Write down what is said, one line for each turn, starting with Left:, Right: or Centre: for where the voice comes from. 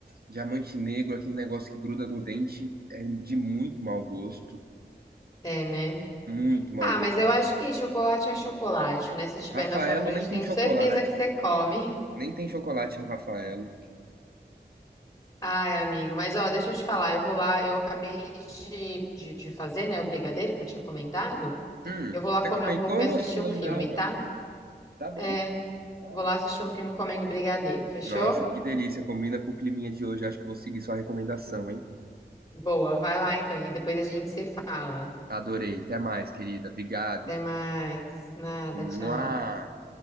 Right: Diamante Negro, aquele negócio que gruda no dente, é de muito mau gosto,
Left: é, né?
Right: muito mau
Left: Ah,
Right: gosto.
Left: mas eu acho que chocolate é chocolate, né? Se tiver
Right: Rafaelo
Left: na sua frente,
Right: nem tem
Left: tenho
Right: chocolate.
Left: certeza que você come.
Right: Nem tem chocolate no Rafaelo.
Left: Ai, amigo, mas ó, deixa eu te falar, eu vou lá, eu acabei de, de, de fazer, né, o brigadeiro que eu tinha comentado.
Right: Hum,
Left: Eu vou lá
Right: você
Left: comer
Right: comentou?
Left: um pouco e assistir
Right: Nossa, eu não
Left: um
Right: lembrava.
Left: filme, tá?
Right: Tá bom.
Left: É,
Right: Ah,
Left: vou
Right: é maravilha.
Left: lá assistir um filme comendo brigadeiro, fechou?
Right: Nossa, que delícia. Combina com o climinha de hoje. Acho que vou seguir sua recomendação, hein?
Left: Boa, vai lá então, e depois a gente se fala.
Right: Adorei. Até mais, querida. Obrigado.
Left: Até mais. Nada,
Right: Mua.
Left: tchau.